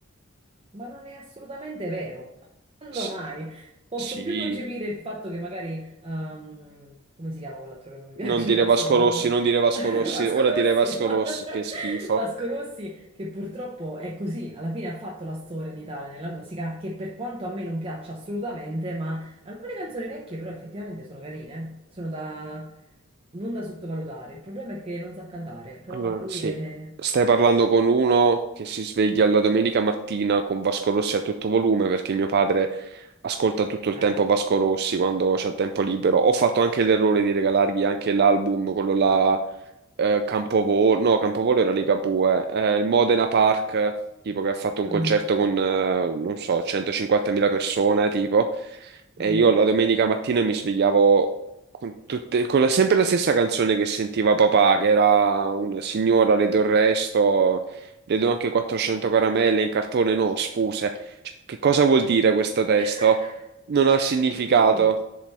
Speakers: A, on the right; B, on the right.
A: Ma non è assolutamente vero. Quando
B: Sì,
A: mai? Posso
B: sì.
A: più concepire il fatto che magari, ehm, come si chiama quell'altro che non mi <laughs> piace?
B: Non dire
A: Adesso
B: Vasco
A: mi mandano
B: Rossi, non dire Vasco
A: <laughs>
B: Rossi,
A: Vasco
B: ora
A: Rossi,
B: dire Vasco
A: <laughs> ma-
B: Rossi, che schifo.
A: Vasco Rossi, che purtroppo è così, alla fine ha fatto la storia in Italia nella musica, che per quanto a me non piaccia assolutamente, ma alcune canzoni vecchie però effettivamente sono carine, sono da... non da sottovalutare. Il problema è che non sa cantare, però
B: Allora,
A: lui
B: sì,
A: è...
B: stai parlando con uno che si sveglia la domenica mattina con Vasco Rossi a tutto volume perché mio padre ascolta tutto il
A: Eh,
B: tempo Vasco Rossi quando c'è tempo libero. Ho fatto anche l'errore di regalargli anche l'album, quello là, eh, Campovolo, no, Campovolo era Ligabue, eh, il Modena Park, tipo che ha fatto un
A: Mm,
B: concerto con, eh, non so, 150.000 persone, tipo, e
A: mhm.
B: io la domenica mattina mi svegliavo con, tutte- con la- sempre la stessa canzone che sentiva papà, che era una signora, le do il resto, le do anche 400 caramelle in cartone, no, sfuse. Cioè, che cosa vuol dire questo testo?
A: <laughs>
B: Non ha significato.
A: Dio.